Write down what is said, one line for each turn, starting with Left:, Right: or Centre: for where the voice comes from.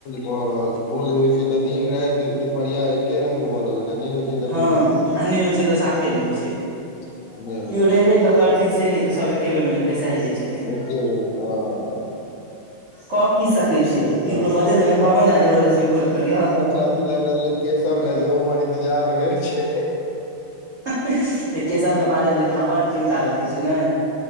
Left: भ रहल भोज होय छै तऽ दिन राइत दुपरीया एके रंग ह होवे लगे छै नहि होइ छै तऽ
Right: हँ
Left: नहिए होइ
Right: आ नहि होइत छै तऽ साफे नहि होइत छै
Left: छै नहि होइ
Right: केओ रहि
Left: छै
Right: रहिक
Left: की करियै
Right: करथिन से नहि तऽ सभ एके बेर में बेसही ल छथिन
Left: एके बेर हँ
Right: कऽ की सकै छियै
Left: सएह
Right: किनको
Left: बात
Right: बदलि देबनि कहबै नेहाँ जबरदस्ती भोज करियौ
Left: साथी लग रहल केसब भेल ल जो इन्तजार में छै
Right: केशव के बारे में लेकिन अहाँ बड़ चिन्ता रखै छियै ने